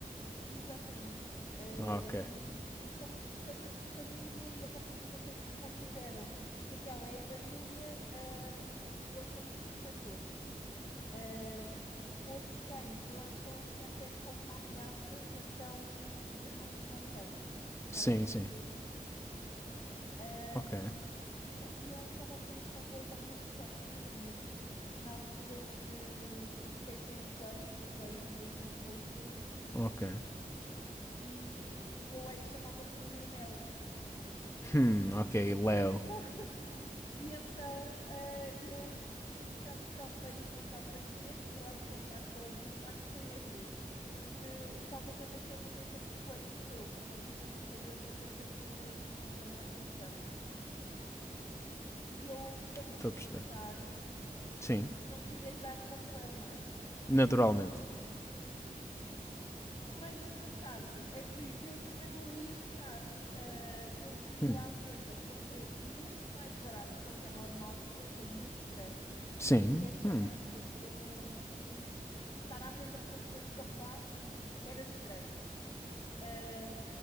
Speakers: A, on the left; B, on the left.
A: Exatamente. Eh,
B: Ah, ok.
A: e eles são muito protetores de família e a partir do momento em que consideram que aquela é a família, ehm, eles são muito protetores. Eh, Outros cães, eu acho que eles sentem como uma ameaça e então já não se dão tanto.
B: Sim,
A: Parece-me
B: sim.
A: que é isso. Ehm,
B: Ok,
A: epá, eu estava a sair de uma relação muito tóxica mesmo, na altura que, que fiquei sem o coelho, porque o coelho infelizmente faleceu.
B: ok.
A: e o meu ex chamava-se Lionel.
B: Hum, ok, léo
A: E então, <laughs> e então eh, eu fui buscar o cão para ir passado dois meses, eu acho que foi em março ou abril, acho que foi em abril, porque o Salvador nasceu no mês em que o coelho morreu, portanto também foi outra coisa que, que me chamou a atenção. E eu, quando
B: Estou
A: o fui
B: a perceber.
A: buscar,
B: Sim.
A: não queria lhe dar o nome Leão, não é?
B: Naturalmente.
A: O mais engraçado é que eu também não o ia buscar. Ah, eu vi-o
B: Hum,
A: à venda por um preço muito mais barato que o que é normal, o que eu achei muito estranho,
B: Sim.
A: porque esta
B: Hum.
A: raça ter um, um- estar à venda por um preço tão baixo era estranho. Ah,